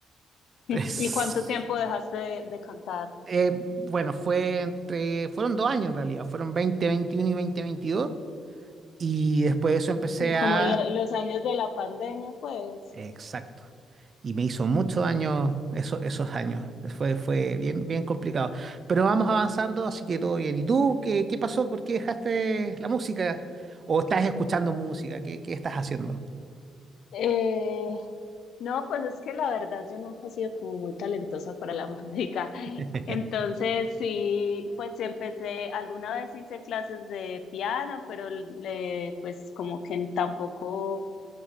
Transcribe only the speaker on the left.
<laughs>
¿Y
cuánto tiempo dejaste de, de cantar?
Como en lo- los años de la pandemia, pues.
Eh, no, pues es que la verdad yo nunca he sido como muy talentosa para la <laughs> música.
Entonces, sí, pues sí empecé, alguna vez hice clases de piano, pero le, pues como que tampoco